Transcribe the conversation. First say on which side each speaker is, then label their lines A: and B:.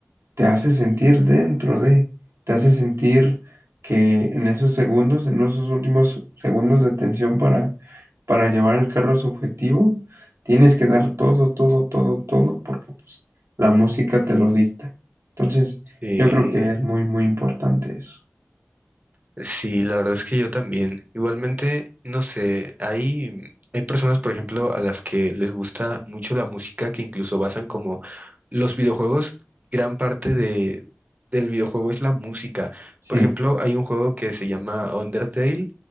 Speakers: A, on the right; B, on the right.
A: te hace sentir dentro de, te hace sentir que en esos segundos, en esos últimos segundos de tensión para, para llevar el carro a su objetivo, tienes que dar todo, todo, todo, todo, porque pues, la música te lo dicta. Entonces,
B: Sí.
A: yo creo que Sí, es muy, muy importante eso.
B: Sí, la verdad es que yo también. Igualmente, no sé, hay, hay personas, por ejemplo, a las que les gusta mucho la música, que incluso basan como los videojuegos, gran parte de, del videojuego es la música.
A: sí,
B: Por ejemplo, hay un juego que se llama Undertale,